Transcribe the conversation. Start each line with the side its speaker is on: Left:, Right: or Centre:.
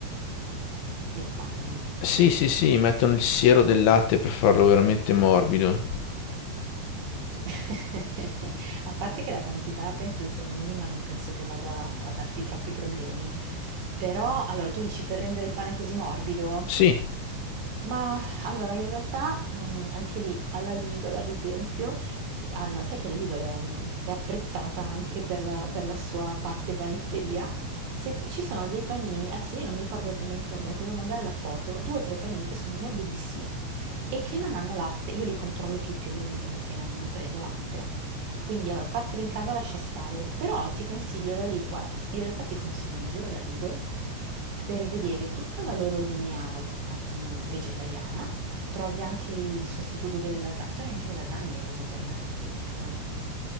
Right: nel pane.
Left: Sì, sì, sì, mettono il siero del latte per farlo veramente morbido.
Right: <laughs> A parte che la quantità penso sia minima, non penso che vada a a darti troppi problemi. Però, allora, tu dici per rendere il pane così morbido?
Left: Sì,
Right: Ma allora, in realtà, mm, anche lì, alla Lidl, ad esempio, c- hanno, sai che la Lidl è, mm, è apprezzata anche per la, per la sua parte panetteria. Se tu- ci sono dei panini, adesso io non mi ricordo esattamente il nome, ma ti devo mandare la foto, due o tre panini che sono morbidissimi e che non hanno latte. Io li controllo tutti ovviamente perché non, non prendo latte, quindi allora farteli in casa lascia stare, però ti consiglio la Lidl, guarda, in realtà ti consiglio un giro alla Lidl per vedere tutta la loro linea ah, mh, vegetariana, trovi anche il sostituto delle lasagne, trovi anche le lasagne vegetariane ad esempio.